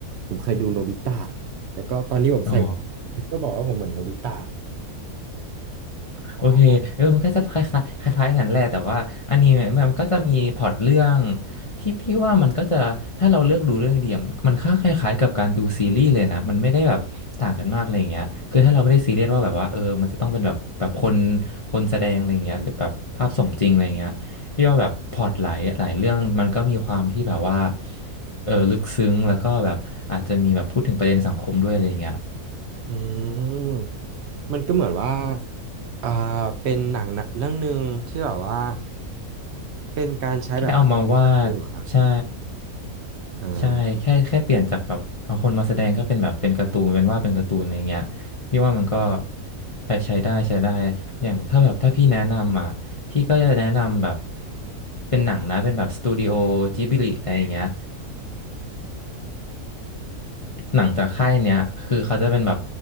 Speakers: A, on the right (about 70°); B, on the left (about 45°).
A: ผมเคยดูโนบิตะแล้วก็ตอนที่ผมใส่
B: อ๋อ
A: ผมก็บอกว่าผมเหมือนโนบิตะอ่า
B: โอเคเออมันก็จะคล้ายคล้ายคล้ายๆกันแหละแต่ว่าอันนี้มันมันก็จะมีพล็อตเรื่องที่พี่ว่ามันก็จะถ้าเราเลือกดูเรื่องเดียวมันมันค่าคล้ายๆกับการดูซีรีส์เลยนะมันไม่ได้แบบต่างกันมากอะไรอย่างเงี้ยคือถ้าเราไม่ได้ซีเรียสว่าแบบว่าเออมันจะต้องเป็นแบบแบบคนคนแสดงอะไรอย่างเงี้ยหรือแบบภาพสมจริงอะไรอย่างเงี้ยพี่ว่าแบบพล็อตหลายหลายเรื่องมันก็มีความที่แบบว่าเออลึกซึ้งแล้วก็แบบอาจจะมีแบบพูดถึงประเด็นสังคมด้วยอะไรอย่างเงี้ย
A: อืมมันก็เหมือนว่าอ่าเป็นหนังนะเรื่องหนึ่งที่แบบว่าเป็นการใช้แบบการ์ตูนเหรอครับ
B: แค่เอามาวาดใช่
A: อ่
B: ใช่แค่แค่เปลี่ยนจากแบบเอาคนมาแสดงก็เป็นแบบเป็นการ์ตูนเป็นวาดเป็นการ์ตูนอะไรเงี้ยพี่ว่ามันก็
A: า
B: ใช้ใช้ได้ใช้ได้อย่างถ้าแบบถ้าพี่แนะนำอ่ะพี่ก็จะแนะนำแบบเป็นหนังนะเป็นแบบสตูดิโอจิบลิอะไรอย่างเงี้ยหนังจากค่ายเนี้ยคือเขาจะเป็นแบบ